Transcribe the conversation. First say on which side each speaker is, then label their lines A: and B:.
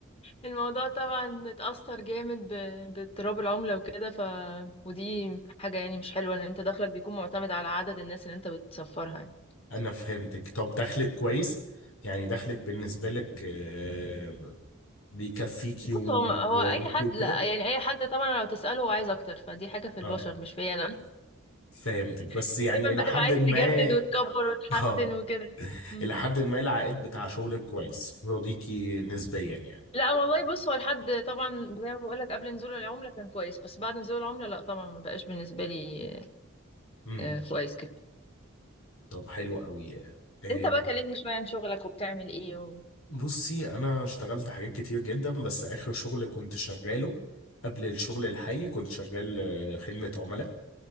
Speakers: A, on the left; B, on the left.
A: الموضوع طبعا اتأثر جامد ب- باضطراب العملة وكده ف ودي حاجة يعني مش حلوة ان انت دخلك بيكون معتمد على عدد الناس اللي انت بتسفرها يعني
B: انا فهمتك طب دخلك كويس يعني دخلك بالنسبة لك آه، بيكفيكي
A: بص هو هو
B: ويرضيكي
A: اي حد
B: وكده
A: لا يعني اي حد طبعا لو تسأله هو عايز اكتر فدي حاجة في
B: اه
A: البشر مش فيا انا بس
B: فهمتك بس
A: <laughs>
B: يعني
A: دايما
B: الى
A: بتبقى
B: حد
A: عايز
B: ما
A: تجدد وتكبر وتحسن
B: <laughs> اه
A: وكده مم.
B: الى حد ما العائد بتاع شغلك كويس يرضيكي نسبيا يعني
A: لا والله بص هو لحد طبعا زي ما بقول لك قبل نزول العملة كان كويس بس بعد نزول العملة لا طبعا ما بقاش بالنسبة لي
B: امم
A: آه، كويس كده
B: طب حلو قوي آه،
A: انت بقى كلمني شوية عن شغلك وبتعمل ايه و...
B: بصي انا اشتغلت حاجات كتير جدا بس اخر شغل كنت شغاله قبل الشغل الحالي كنت شغال آه، خدمة عملاء